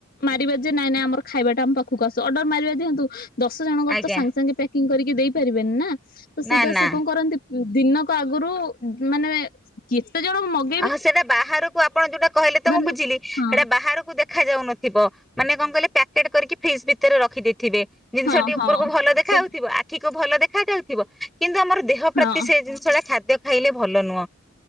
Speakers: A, on the left; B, in the centre.
A: ମାରିବା ଯେ ନାଇଁ ନାଇ ଆମର ଖାଇବା ଟା ଆମ ପାଖକୁ ଆସୁ ଅର୍ଡର ମାରିବା ଦିଅନ୍ତୁ ଦଶ ଜଣଙ୍କର
B: ଆଜ୍ଞା
A: ତ ସାଙ୍ଗେ ସାଙ୍ଗେ କିଙ୍ଗ୍ କରିକି ଦେଇ ପାରିବେନି ନା ତ ସେଇଟା
B: ନା ନା
A: ସେ କଣ କରନ୍ତି ଦିନକୁ ଆଗରୁ ମାନେ କେତେ ଜଣ ମଗ
B: ହଁ ସେଟା ବାହାରକୁ ଆପଣ ଯୋଉଟା କହିଲେ ତ
A: ଧରିନିଅ
B: ମୁଁ ବୁଝିଲି ସେଇଟା
A: ହଁ।
B: ବାହାରକୁ ଦେଖ ଦେଖା ଯାଉନଥିବ ମାନେ କଣ କହିଲେ ପ୍ୟାକେଟ କରିକି ଫ୍ରିଜ ଭିତରେ ରଖିଦେଇଥିବେ ଜିନିଷଟି
A: ହଁ ହଁ
B: ଉପରକୁ ଭଲ ଦେଖା
A: ସେ
B: ହଉଥିବ ଠିକ ଭଲ ଦେଖାଯ ଯାଉଥିବ କିନ୍ତୁ ଆମର ଦେହ
A: ହଁ
B: ପ୍ରତି ସେ ଜିନିଷ ଟା ଖାଦ୍ୟ ଖାଇଲେ ଭଲ ନୁହଁ